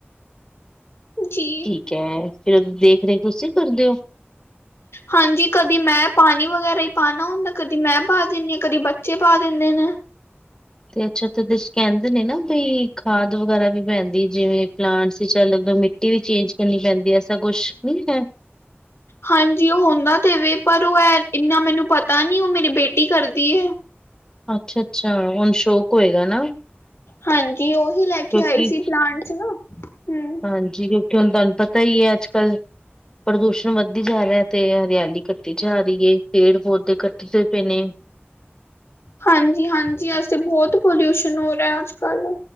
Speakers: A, on the left; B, on the left.
A: ਜੀ
B: ਕ ਫਿਰ ਉਹਦੀ ਦੇਖ -ਰੇਖ ਤੁਂਸੀ ਕਰ ਦੇਓ।
A: ਹਾਂਜੀ ਕਦੇ ਮੈਂ ਪਾਣੀ ਵਗੈਰਾ ਹੀ ਪਾਣਾ ਹੁੰਦਾ ਕਦੀ ਮੈਂ ਪਾ ਦਿੰਦੀ ਹਾਂ ਕਦੀ ਬੱਚੇ ਪਾ ਦਿੰਦੇ ਨੇ।
B: ਤੇ ਅੱਛਾ ਤੇ ਦੇ ਕਹਿੰਦੇ ਨੇ ਨਾ ਬਈ ਖਾਦ ਵਗੈਰਾ ਵੀ ਪੈਂਦੀ ਜਿਵੇਂ ਪਲਾਂਟਸ ਲੱਗਦਾ ਮਿੱ ਟੀ ਵੀ ਚੇਂਜ ਕਰਨੀ ਪੈਂਦੀ ਹੈ ਐਸਾ ਕੁਛ ਨਹੀਂ ਹੈ।
A: ਹਾਂਜੀ ਉਹ ਹੁੰਦਾ ਤੇ ਵੇ ਪਰ ਉਹ ਹੈ ਇੰਨਾ ਮੈਨੂੰ ਪਤਾ ਨੀ ਉਹ ਮੇਰੀ ਬੇਟੀ ਕਰਦੀ ਹੈ।
B: ਅੱਛਾ -ਅੱਛਾ ਹੁਣ ਸ਼ੋਕ ਹੋਏਗਾ ਨਾ।
A: ਹਾਂਜੀ ਉਹੀ ਲੈ
B: ਕਿਉਂਕਿ
A: ਕੇ ਆਈ ਸੀ ਪਲਾਂਟਸ ਨਾ ਹੂੰ।
B: ਹਾਂਜੀ ਕਿਉਂਕਿ ਹੁਣ ਤੁਹਾਨੂੰ ਪਤਾ ਹੀ ਹੈ ਅੱਜ ਕੱਲ੍ਹ ਪ੍ਰਦੂਸ਼ਣ ਵੱਧਦੀ ਜਾ ਰਿਹਾ ਤੇ ਹਰਿਆਲੀ ਕੱਟੀ ਜਾ ਰਹੀ ਹੈਏ ਪੇੜ ਪੌਦੇ ਕੱਟਦੇ ਪਏ ਨੇ।
A: ਹਾਂਜੀ -ਹਾਂਜੀ ਅੇ ਬਹੁਤ ਪੋਲਿਊਸ਼ਨ ਹੋ ਰਿਹਾ ਅੱਜ ਕੱਲ